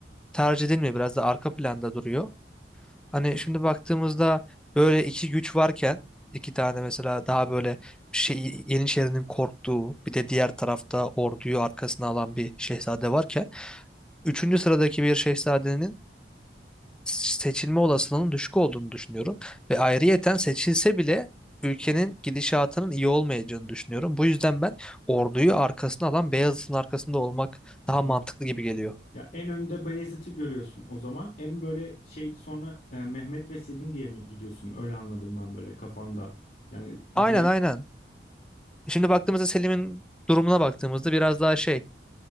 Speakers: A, in the centre; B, on the left.
A: tercih edilmiyor. Biraz da arka planda duruyor. Hani şimdi baktığımızda böyle iki güç varken iki tane mesela daha böyle şey, Yeniçeri'nin korktuğu bir de diğer tarafta orduyu arkasına alan bir şehzade varken üçüncü sıradaki bir şehzadenin seçilme olasılığının düşük olduğunu düşünüyorum. Ve ayrıyeten seçilse bile ülkenin gidişatının iyi olmayacağını düşünüyorum. Bu yüzden ben orduyu arkasına alan Beyazıt'ın arkasında olmak daha
B: Hı
A: mantıklı
B: hı.
A: gibi geliyor.
B: Ya en önde Bayezid'i görüyorsun o zaman. En böyle şey sonra e, Mehmet ve Selim diye mi gidiyorsun? Öyle anladım ben böyle kafanda. Yani zayıf.
A: Aynen aynen. Şimdi baktığımızda Selim'in durumuna baktığımızda biraz daha şey